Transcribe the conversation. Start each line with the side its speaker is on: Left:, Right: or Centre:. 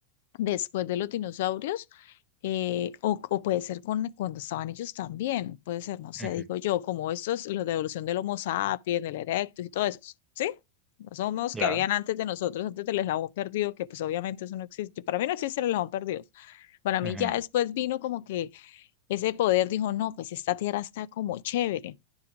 Left: después de los dinosaurios, eh, o, o puede ser con, cuando estaban ellos también, puede ser, no sé,
Right: ujú.
Left: digo yo, como estos, los de evolución del Homo sapiens, del Erectus y todo eso, ¿sí? Los homos
Right: Ya.
Left: que habían antes de nosotros, antes del eslabón perdido, que pues obviamente eso no existe, para mí no existe el eslabón perdido. Para mí
Right: ujú.
Left: ya después vino como que ese poder dijo, no, pues esta tierra está como chévere.